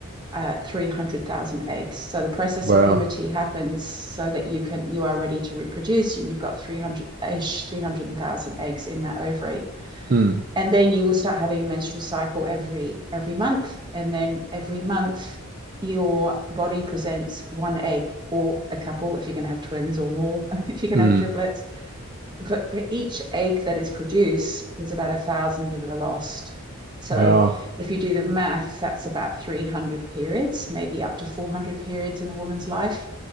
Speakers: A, on the right (about 20°); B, on the right (about 40°).
A: uh, 300,000 eggs. So the process
B: Wow.
A: of puberty happens so that you can you are ready to reproduce and you've got 300-ish, 300,000 eggs in that ovary
B: Mm.
A: and then you will start having a menstrual cycle every every month and then every month your body presents one egg or a couple if you're going to have twins or more <laughs> if you're going
B: Mm.
A: to have triplets but for each egg that is produced there's about a thousand that are lost so
B: Wow.
A: if you do the math that's about 300 periods maybe up to 400 periods in a woman's life